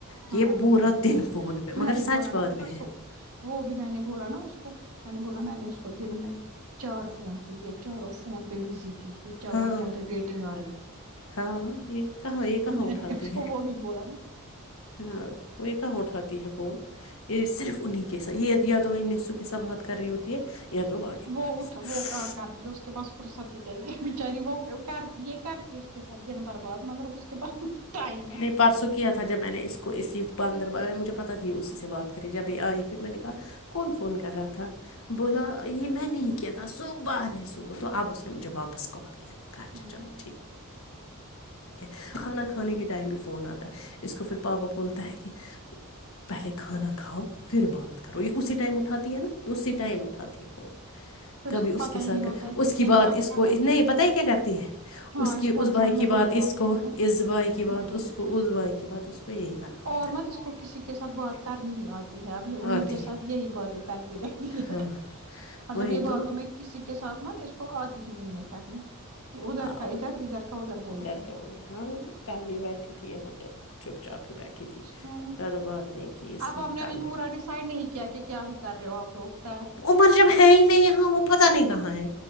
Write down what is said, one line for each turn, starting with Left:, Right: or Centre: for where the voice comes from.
Left: کہ
Right: ہوں
Left: یہ پورا دن فون پہ مگر
Right: میں نے
Left: سچ
Right: بولا
Left: بات
Right: نا پرسوں
Left: بھی ہے
Right: وہ بھی میں نے بولا نا اس کو میں نے بولا میں نے اس کو دن میں چار فون کے یہ چاروں فون پہ بزی تھی یہ چاروں
Left: ہاں
Right: فون پہ ویٹنگ آ رہی تھی
Left: ہاں یہ کہاں یہ کہاں
Right: میں
Left: اٹھاتی
Right: نے اس کو
Left: ہے
Right: وہ بھی بولا نا
Left: ہاں وہ کہاں اٹھاتی ہے <unintelligible> فور <inaudible> یہ صرف انہیں کےسر یہ یا تو وہ ان نیسو کے سب بات کر رہی ہوتی ہے یا تو بانڈی
Right: وہ
Left: پورہ کے
Right: اٹھ
Left: ساتھ
Right: وہ گ کرتی ہے اس کے پاس فرصت بیچاری وہ کر یہ کرتی اس کے ساتھ دن برباد مگر اس کے پاس ٹائم ہے
Left: نہیں پارسو کیا تھا جب میں نے اس کو اسیف بند مجھے پتا تھا یہ اسی سے بات کری جبھی آئی پھر میں نے کہا کون فون کر رہا تھا بولا یہ میں نے ہی کیا تھا س ب نہیں سکو تو اب اس نے مجھے واپس کال کیا میں نے کہا اچھا
Right: ہوں
Left: چلو ٹھیک ہے کھانا کھانے کے ٹائم بھی فون آتا ہے اس کو پھر پاپا بولتا ہے کہ پہلے کھانا کھاؤ پھر بات کرو یہ اسی ٹائم اٹھاتی ہے نا اسی ٹائم اٹھاتی ہے فون
Right: پھر
Left: کبھی
Right: کو
Left: اس
Right: پتا
Left: کے ساتھ
Right: ہی نہیں ہوتا ہے
Left: اس
Right: کس
Left: کی
Right: نے
Left: بات
Right: کیا
Left: اس
Right: کھایا
Left: کو
Right: کس
Left: نہیں
Right: نے
Left: پتا ہی کیا کرتی ہے
Right: ہاں
Left: اس کی
Right: کو
Left: اس
Right: اصل
Left: بھائی
Right: میں
Left: کی
Right: وہی
Left: بات <unintelligible>
Right: عادت ہے نا ہاں اور مت اس کو کسی کے ساتھ بات کرنی آج تی ہے ابھی
Left: آتی
Right: انیں کے سات
Left: ہے
Right: یہ ہی باتیں کرتی رہی
Left: ہاں
Right: مطلب
Left: وہیں
Right: یہ باتوں
Left: تو
Right: میں کسی کے ساتھ مت اس کو آتی ہی نہیں ہے کرنی یہ ادھر
Left: ہ
Right: کا ادھر ادھر کا ادھر بولتی
Left: گھر
Right: ہے
Left: کاول ہاں کل بھی بیٹھی تھی یہاں تو چپ چاپ ہی بیٹھی تھی
Right: چلو
Left: زیادہ بات نہیں کی اس
Right: اب
Left: نے
Right: آپ
Left: کل
Right: ابھی پورا ڈیسائڈ نہیں کیا کہ کیا ہی کر رہے ہو آپ لوگ طے
Left: عمر جب پتا نہیں کہاں ہے